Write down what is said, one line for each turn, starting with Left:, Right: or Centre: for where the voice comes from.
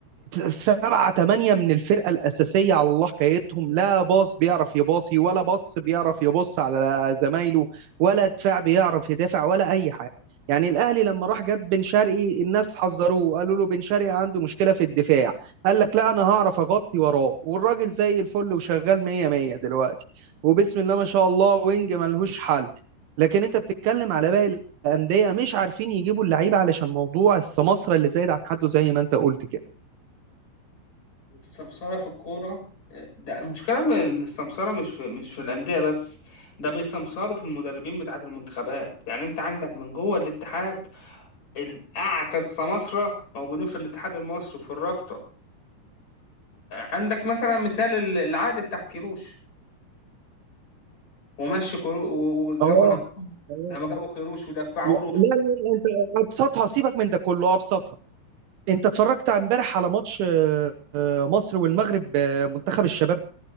Right: سبعة تمانية من الفرقه الاساسيه على الله حكايتهم لا باص بيعرف يباصي ولا بص بيعرف يبص على زمايله ولا دفاع بيعرف يدافع ولا اي حاجه يعني الاهلي لما راح جاب بن شرقي الناس حذروه قالوا له بن شرقي عنده مشكله في الدفاع قال لك لا انا هعرف اغطي وراه والراجل زي الفل وشغال 100 100 دلوقتي وبسم الله ما شاء الله وينج ملهوش حل لكن انت بتتكلم على باقي الانديه مش عارفين يجيبوا اللعيبه علشان موضوع السماسره اللي زايد عن حده زي ما انت قلت كده
Left: السمسرة في الكورة ده المشكلة م- إن السمسرة مش في مش في الأندية بس ده بيسمسروا في المدربين بتاعة المنتخبات يعني أنت عندك من جوه الاتحاد الأعتى السماسرة موجودين في الاتحاد المصري وفي الرابطة عندك مثلا مثال ال- العقد بتاع كيروش ومشي كيروش وجابوا
Right: اه آه.
Left: لما جابوا كيروش ودفعوا
Right: لا
Left: له
Right: لا لا، انت ابسطها سيبك من ده كله ابسطها انت اتفرجت امبارح على ماتش آه، مصر والمغرب آه، منتخب الشباب